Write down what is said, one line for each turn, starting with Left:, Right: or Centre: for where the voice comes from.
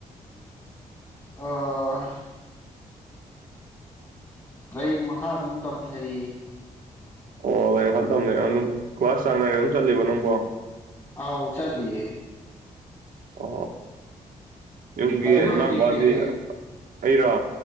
Left: ꯑ ꯂꯥꯏꯔꯤꯛ ꯃꯈꯥ ꯑꯗꯨꯝ ꯇꯝꯊꯔꯤ
Right: ꯑꯣ ꯂꯥꯏ ꯃꯈ ꯇꯝꯅꯦ ꯀ꯭ꯂꯥꯁ ꯆꯥꯡ ꯅꯥꯏꯅ ꯑꯗꯨꯝ ꯆꯠꯂꯤꯕ ꯅꯪꯕꯣ
Left: ꯑꯥꯎꯧ ꯆꯂꯤꯌꯦ
Right: ꯑ ꯑ ꯌꯨꯝꯒꯤ
Left: ꯇꯗꯤꯕꯛꯇꯤ
Right: ꯍꯃꯒꯕꯥꯖꯤ
Left: ꯀꯩꯀꯩ
Right: ꯑꯩꯔꯣ